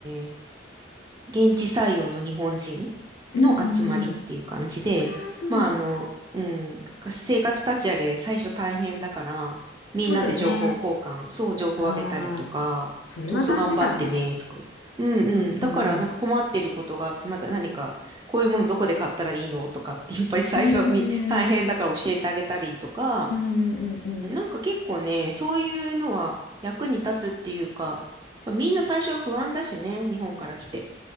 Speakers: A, on the right; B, on the left.
A: ー現地採用の日本人
B: うんうんうんうんうん
A: の集まりっていう感じで、
B: ああそうなんだ
A: まあ、あの、うん、生活立ち上げ、最初大変だから、みんなで情報交換、
B: そうだよね。
A: そう、情報あげたりとか、
B: ああ、それは大事だよね。
A: そうそう、頑張ってね、とか。うんうん。
B: うんうん
A: だから、なんか困ってることがあって、なんか何か、こういうものどこで買ったらいいのとかって、やっぱり最初み、
B: うん
A: 大変だから教えてあげたりとか、
B: うんうんうんうんうんうん
A: なんか結構ね、そういうのは役に立つっていうか、やっぱみんな最初は不安だしね、日本から来て。